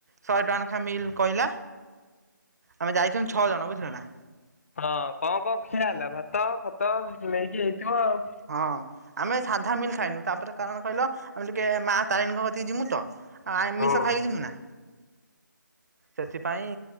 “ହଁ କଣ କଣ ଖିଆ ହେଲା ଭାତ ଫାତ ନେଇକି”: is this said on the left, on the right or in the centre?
Left